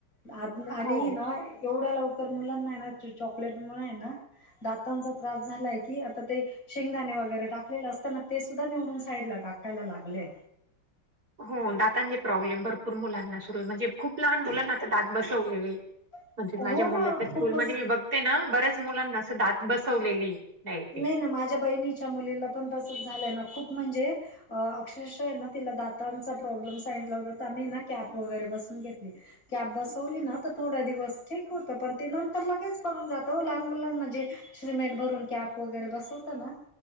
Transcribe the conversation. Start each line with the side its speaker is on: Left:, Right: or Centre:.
Left: आ आणि
Right: हो
Left: ना एवढा लवकर मुलांना आहे ना चॉकलेट मुळे आहे ना. दातांचा त्रास झालाय की आता ते शेंगदाणे वगैरे टाकलेले असताना ते सुद्धा निवडून साईड ला टाकायला लागले.
Right: हो दातांचे प्रॉब्लेम भरपूर मुलांना सुरू आहे म्हणजे खूप लहान मुलांना आता दात बसवलेले.
Left: <unintelligible>
Right: म्हणजे माझ्या
Left: ना
Right: मुलाच्या स्कूलमध्ये
Left: खूपच
Right: मी बघते ना बऱ्याच मुलांना अस दात बसवलेले. डायरेक्टली
Left: नाही ना माझ्या बहिणीच्या मुलीला पण तसच झालंय ना खूप म्हणजे अक्षरशः ना तिला दातांचा प्रॉब्लेम सांगितला होता तर आम्ही ना कॅब वगैरे बसून घेतली. कॅब बसवली ना तर थोड्या दिवस ठीक होतं पण ते नंतर लगेच पडून जातं लहान मुलां म्हणजे. सिमेंट भरून कॅप वगैरे बसवत ना